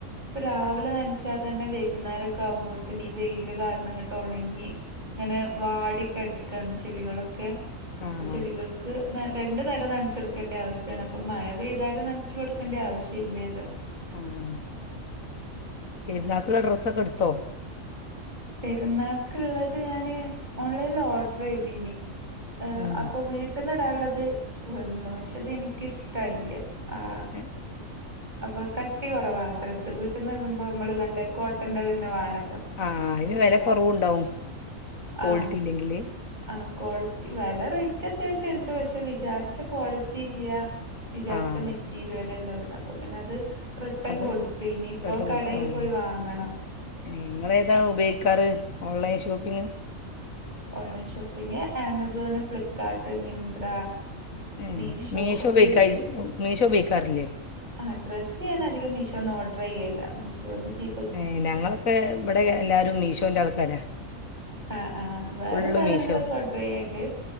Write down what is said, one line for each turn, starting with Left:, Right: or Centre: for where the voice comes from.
Right: ഇപ്പൊ രാവിലെ നനച്ചാൽ തന്നെ വൈകുന്നേരകുമ്പോത്തന്നെ ഈ വെയില് കാരണം ഇങ്ങോട്ട് ഉണങ്ങി അങ്ങനെ വാടി കിടക്കയാണ് ചെടികളൊക്കെ
Left: ആഹ്
Right: അപ്പൊ ചെടികൾ ക്ക് രണ്ടു നേരം നനച്ച് കൊടുക്കേണ്ട അവസ്ഥയാണ് അപ്പൊ മഴ പെയ്താലും നനച്ചു കൊടുക്കേണ്ട ആവശ്യം ഇല്ലെലോ
Left: ആഹ് പിള്ളേർക്കുള്ള ഡ്രസ്സൊക്കെ എടുത്തോ
Right: പെരുന്നാൾക്കുള്ളത് ഞാന് ഓൺലൈനിൽ ഓഡറ് ചെയ്തിനി ആഹ്
Left: ഉം
Right: അപ്പൊ വീട്ടീന്ന് ക്കള്ളത് വന്നു പക്ഷെ അത് എനിക്ക് ഇഷ്ടായില്ല ആഹ്
Left: ആഹ്
Right: അപ്പൊ കട്ടി കുറവാ ഡ്രസ്സ് വീട്ടിൽന്ന് ഇടുമ്പോ നമ്മള് നല്ല കോട്ടന്റെ തന്നെ വേണല്ലോ
Left: ആഹ് അതിന് വില
Right: അപ്പൊ
Left: കുറവുണ്ടാവും ക്വാളിറ്റി
Right: ആ
Left: ഇല്ലെങ്കില്
Right: ആഹ് ക്വാളിറ്റി വില റേറ്റ് അത്യാവശ്യം ഉണ്ട് പക്ഷെ വിചാരിച്ച ക്വാളിറ്റി ഇല്ല വിചാരിച്ച
Left: ആഹ്
Right: മെറ്റിരുലല്ലല്ലോ വേർനെ അപ്പൊ പിന്നെ ഇങ്ങനെ അത് റിട്ടൻ
Left: അത്
Right: കൊടുത്തി നിപ്പോ
Left: കേട്ട്
Right: കടയിൽ
Left: കൊടുത്തു ആ
Right: പോയി വാങ്ങണം
Left: നിങ്ങളേതാ ഉപയോഗിക്കാറ് online shopping
Right: online shopping Amazon Flipkart Myntra
Left: ഏഹ്
Right: മീഷോ
Left: മീശോ
Right: ഒക്കെ
Left: ഉപയോഗിക്ക
Right: യൂസ് ചെയ്യും
Left: മീശോ ഉപയോഗിക്കറില്ലേ
Right: ആഹ് ഡ്രസ് ഞാന് അധികം മീഷോന്ന് ഓർഡറ് ചെയ്യലില്ല മീഷോന്ന് ചീ
Left: ഏഹ് ഞങ്ങളൊക്കെ ഇവിടെ എല്ലാവരും മീഷോന്റെ ആൾക്കാരാണ്
Right: ആഹ് ആഹ് വേറെ
Left: ഫുള്ള്
Right: സാധനങ്ങളൊക്കെ
Left: മീഷോ
Right: ഓർഡർ ചെയ്യണ്ട്